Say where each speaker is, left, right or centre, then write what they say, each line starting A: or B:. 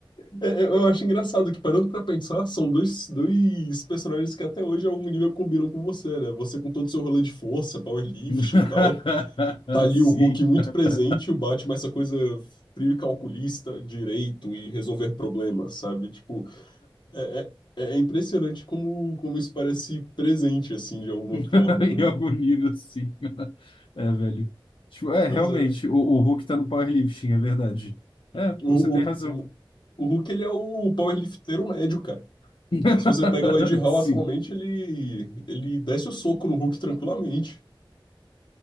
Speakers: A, on the left; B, on the left.
A: É, é, eu acho engraçado que, parando pra pensar, são dois, dois personagens que até hoje a algum nível combinam com você, né? Você com todo o seu rolê de força, powerlifting
B: <laughs>
A: e tal. Tá ali
B: Sim.
A: o Hulk muito
B: <laughs>
A: presente e o Batman, essa coisa frio e calculista, direito e resolver problemas, sabe? Tipo, é, é, é impressionante como, como isso parece presente, assim, de alguma
B: Em
A: forma, né?
B: algum nível, sim. É, velho. Tipo, é, realmente,
A: Mas é.
B: o, o Hulk tá no powerlifting, é verdade. É,
A: O,
B: você tem
A: o,
B: razão.
A: o, o Hulk, ele é o powerlifteiro médio, cara.
B: <laughs>
A: Se você pega o Ed Hall
B: Sim.
A: atualmente, ele, ele desce o soco no Hulk tranquilamente.